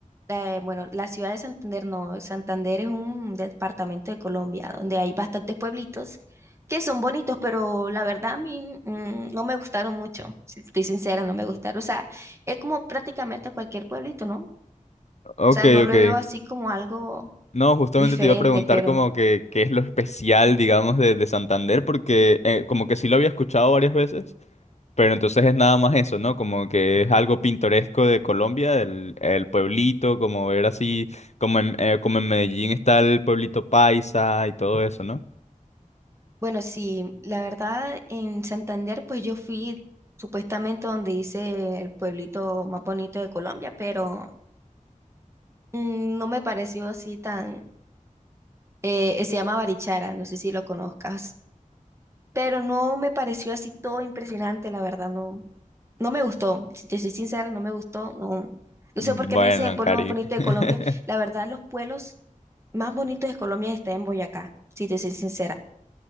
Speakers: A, on the right; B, on the left.
A: eh, bueno, la ciudad de Santander no, Santander es un departamento de Colombia donde hay bastantes pueblitos que son bonitos, pero la verdad a mí mm, no me gustaron mucho, si estoy sincera, no me gustaron. O sea, es como prácticamente cualquier pueblito, ¿no? O
B: Ok,
A: sea, no
B: ok.
A: lo veo así como algo
B: No, justamente
A: diferente,
B: te iba a preguntar
A: pero
B: como que qué es lo especial, digamos, de, de Santander, porque eh, como que sí lo había escuchado varias veces, Pero entonces es nada más eso, ¿no? Como que es algo pintoresco de Colombia, el, el pueblito, como ver así, como en, eh, como en Medellín está el pueblito paisa y todo eso, ¿no?
A: bueno, sí, la verdad en Santander pues yo fui supuestamente donde hice el pueblito más bonito de Colombia, pero mm, no me pareció así tan Eh, se llama Barichara, no sé si lo conozcas, pero no me pareció así todo impresionante, la verdad, no, no me gustó, si te soy sincera, no me gustó, no, no
B: Bueno,
A: sé por qué le dicen el pueblo
B: Cari.
A: más bonito de
B: <laughs>
A: Colombia, la verdad, los pueblos más bonitos de Colombia están en Boyacá, si te soy sincera.